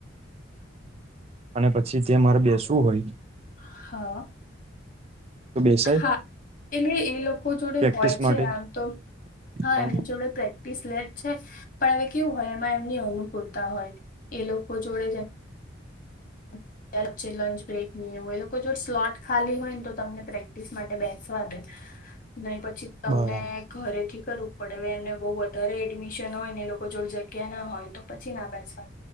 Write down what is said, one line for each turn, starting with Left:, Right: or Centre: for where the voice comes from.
Right: અને પછી તે મારે બેસવું હોય
Left: હા.
Right: તો બેસાય
Left: હા એટલે એ લોકો જોડે
Right: પ્રેક્ટિસ
Left: હોય
Right: માટે
Left: છે આમ તો <unintelligible>
Right: હા
Left: પ્રેક્ટિસ લે છે પણ હવે કેવું હોય એમાં એમની અનુકૂળતા હોય એ લોકો જોડે જેમ. <unintelligible> લંચ બ્રેક હોય એ લોકો જો સ્લોટ ખાલી હોય ને તો તમને પ્રેક્ટિસ માટે બેસવા દે. નહી પછી તમને
Right: બરાબર
Left: ઘરેથી. કરવું પડે હવે એમને બહું વધારે એડમિશન હોય ને લોકો જો જગ્યા ના હોય તો પછી ના બેસવા.